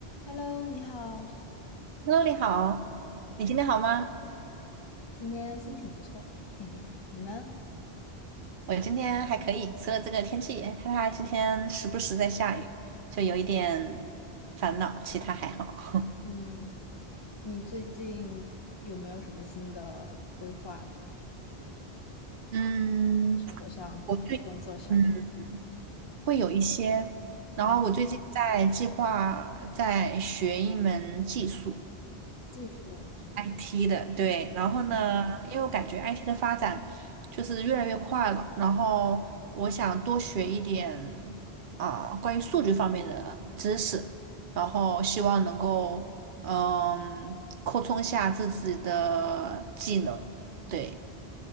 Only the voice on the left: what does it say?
Hello，你好，
今天心情不错，嘿嘿，你呢？
嗯，你最近有没有什么新的规划？
生活上还是工作上？
嗯，技术，
嗯